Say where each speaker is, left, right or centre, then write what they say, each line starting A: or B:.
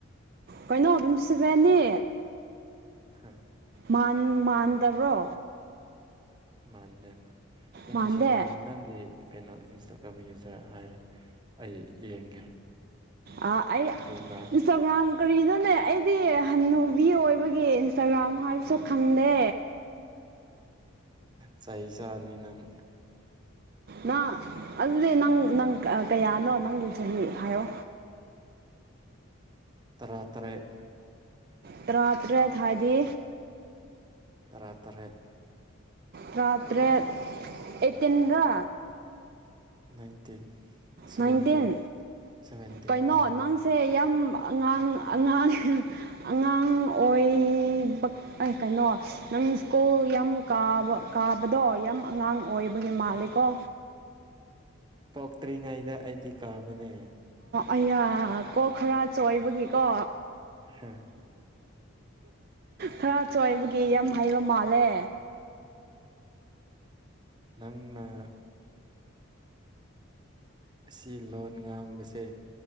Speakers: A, on the right; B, on the right.
A: ꯀꯩꯅꯣ ꯑꯗꯨꯝ ꯆ ꯁꯕ ꯌꯥꯅꯦ
B: ꯍꯥ
A: ꯃꯥꯟ ꯃꯥꯟꯗꯕ꯭ꯔꯣ
B: ꯃꯥꯟꯗꯦ ꯃꯥ ꯇ꯭ꯋꯦꯟꯇꯤ
A: ꯃꯥꯟꯗꯦ
B: ꯁꯦꯚꯦꯟꯗꯤ ꯅꯪꯒꯤ ꯀꯩꯅꯣ ꯏꯟꯁꯇꯥꯒ꯭ꯔꯥꯝ ꯌꯨꯖꯔ ꯍꯥꯏꯔꯣ ꯑꯩ ꯌꯦꯡꯒꯦ
A: ꯑ ꯑꯩ
B: ꯑꯗꯨꯒ
A: ꯏꯟꯁꯇꯒ꯭ꯔꯝ ꯀꯔꯤꯅꯣꯅꯦ ꯑꯩꯗꯤ ꯍꯟꯅꯟꯅꯨꯕꯤ ꯑꯣꯏꯕꯒꯤ ꯏꯟꯁꯇꯥꯒ꯭ꯔꯥꯝ ꯍꯥꯏꯕꯁꯨ ꯈꯪꯗꯦ
B: ꯆꯍꯤ ꯆꯥꯅꯤ ꯅꯪ
A: ꯅ ꯑꯗꯨꯗꯤ ꯅꯪ ꯅꯪ ꯀꯌꯥꯅꯣ ꯅꯪꯗꯨꯨ ꯆꯍꯤꯅꯤ ꯍꯥꯏꯌꯣ
B: ꯇꯔꯥ ꯇꯔꯦꯠ
A: ꯇꯔꯥꯇꯔꯦꯠ ꯍꯥꯏꯗꯤ
B: ꯇꯔꯥꯇꯔꯦꯠ
A: ꯔꯇꯔꯦ ꯑꯦꯇꯦꯟꯒ
B: ꯅꯥꯏꯟꯇꯤꯟ ꯁꯚꯦꯟꯇꯤꯟ
A: ꯅꯥꯏꯟꯇꯤꯟ
B: ꯁꯚꯦꯟꯇꯤꯟ
A: ꯀꯩꯅꯣ
B: ꯍꯥꯏꯕꯅꯤꯅ
A: ꯅꯪꯁꯦ ꯌꯥꯝ ꯑꯉꯥꯡ ꯑꯉꯥꯡ ꯑꯉꯥꯡ ꯑꯣꯏꯕ ꯑꯩ ꯀꯩꯅꯣ ꯅꯪ ꯁ꯭ꯀꯨꯜ ꯌꯥꯝ ꯀꯥꯕ ꯀꯥꯕꯗꯣ ꯌꯥꯝ ꯑꯉꯥꯡ ꯑꯣꯏꯕꯒꯤ ꯃꯥꯂꯦꯀꯣ
B: ꯄꯣꯛꯇ꯭ꯔꯤꯉꯩꯗ ꯑꯩꯗꯤ ꯀꯥꯕꯅꯦ
A: ꯑꯌꯥ ꯀꯣ ꯈꯔ ꯆꯣꯏꯕꯒꯤꯀꯣ
B: ꯍꯥꯥ
A: ꯈꯔ ꯆꯣꯏꯕꯒꯤ ꯌꯥꯝ ꯍꯩꯕ ꯃꯥꯜꯂꯦ
B: ꯅꯪꯅ ꯑꯁꯤ ꯂꯣꯟ ꯉꯥꯡꯕꯁꯦ